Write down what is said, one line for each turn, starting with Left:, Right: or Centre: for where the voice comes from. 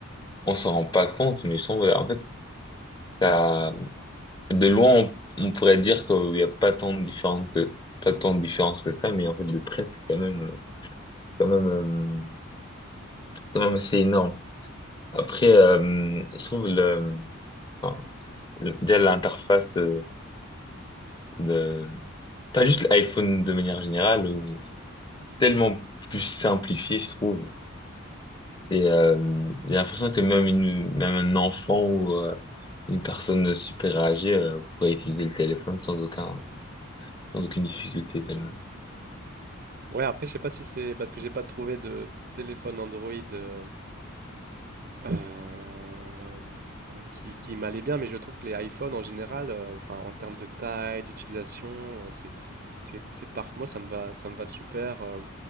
Left: on s'en rend pas compte, mais je trouve, en fait, ça, de loin, on, on pourrait dire qu'il n'y a pas tant de différence que, pas tant de différence que ça, mais en fait, de près, c'est quand même, quand même, euh, quand même assez énorme. Après, euh, je trouve le, enfin, le- déjà l'interface euh, de, pas juste l'iPhone de manière générale, ou tellement plus simplifié, je trouve. Et euh, j'ai l'impression que même une, même un enfant ou euh, une personne super âgée euh, pourrait utiliser le téléphone sans aucun, sans aucune difficulté tellement.
Right: Ouais, après, je sais pas si c'est parce que j'ai pas trouvé de téléphone Android. euh, euh, euh, qui, qui m'allait bien, mais je trouve que les iPhones en général, euh, enfin, en termes de taille, d'utilisation, euh, c'est, c'est, c'est parf- Moi, ça me va, ça me va super. euh,